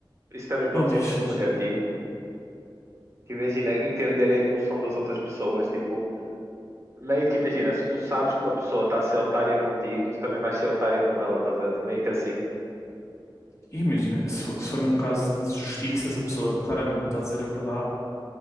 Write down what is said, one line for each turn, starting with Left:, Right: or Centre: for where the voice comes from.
Right: isso também pode
Left: Não dizes.
Right: ser um ponto negativo? Que imagina entender a emoção das outras pessoas, tipo, meio que imagina, se tu sabes que uma pessoa está a ser otária contigo, tu também vais ser otária com ela, estás a ver? Tipo, Meio que assim.
Left: E Imagina, se for, se for num caso de justiça, se a pessoa claramente não está a dizer a verdade,